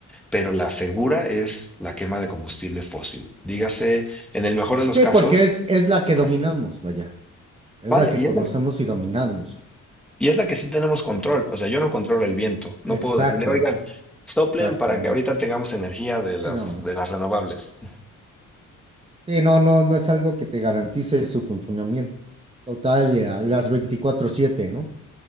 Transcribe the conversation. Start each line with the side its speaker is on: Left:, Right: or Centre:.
Centre: pero la segura es la quema de combustible fósil. Dígase, en el mejor de los
Right: Sí,
Centre: casos,
Right: porque es, es la que dominamos,
Centre: gas.
Right: vaya. Es
Centre: Vaya,
Right: la que
Centre: y
Right: conocemos
Centre: es la,
Right: y dominamos.
Centre: y es la que sí tenemos control. O sea, yo no controlo el viento. No
Right: Exacto.
Centre: puedo decirle, oigan, soplen
Right: Exactamente.
Centre: para que ahorita tengamos energía de las,
Right: Sí, no,
Centre: de las renovables.
Right: sí, no, no, no es algo que te garantice su funcionamiento total eh, a las veinticuatro siete ¿no?